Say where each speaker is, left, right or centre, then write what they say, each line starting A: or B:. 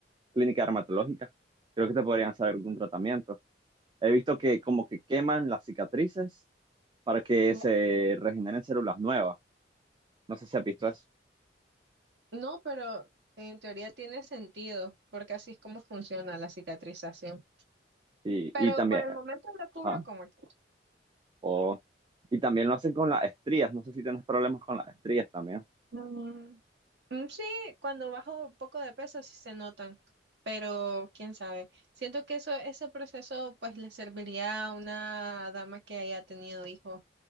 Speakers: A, on the right (about 25°); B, on the right (about 70°).
A: clínica dermatológica. Creo que te podrían hacer algún tratamiento. He visto que como que queman las cicatrices para que
B: no,
A: se regeneren células nuevas. No sé si has visto eso.
B: no, pero en teoría tiene sentido, porque así es como funciona la cicatrización.
A: Y,
B: Pero
A: y también,
B: por el momento lo cubro
A: ah,
B: como... que-
A: o, y también lo hacen con las estrías. No sé si tienes problemas con las estrías también.
B: Mm, mm, sí, cuando bajo un poco de peso sí se notan, pero quién sabe. Siento que eso, ese proceso pues le serviría a una dama que haya tenido hijos